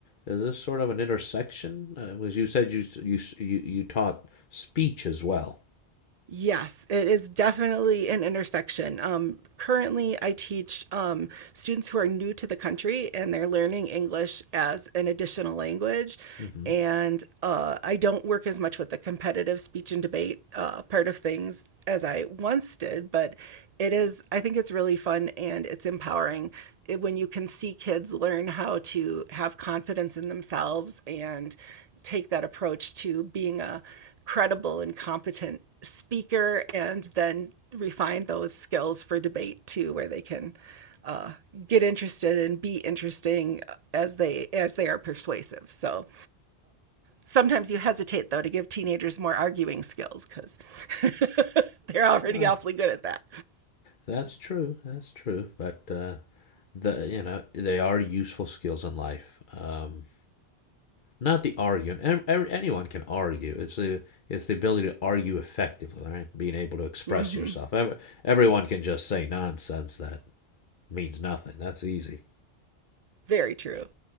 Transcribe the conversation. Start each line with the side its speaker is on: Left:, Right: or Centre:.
Left: is this sort of an intersection? Uh, as you said, you, s- you, s- you, you taught speech as well.
Right: Yes, it is definitely an intersection. Um, currently, I teach um, students who are new to the country and they're learning English as an additional language.
Left: hmm
Right: And uh, I don't work as much with the competitive speech and debate uh, part of things as I once did, but it is, I think it's really fun and it's empowering it- when you can see kids learn how to have confidence in themselves and take that approach to being a credible and competent speaker and then refine those skills for debate too, where they can uh, get interested and be interesting as they as they are persuasive. So sometimes you hesitate though to give teenagers more arguing skills because <laughs> they're already
Left: Well,
Right: awfully good at that.
Left: that's true. That's true. But uh, the you know they are useful skills in life. Um, Not the arguing. Anyone can argue. It's the it's the ability to argue effectively, right? Being able to express
Right: hmm
Left: yourself. Everyone can just say nonsense that means nothing. That's easy.
Right: Very true.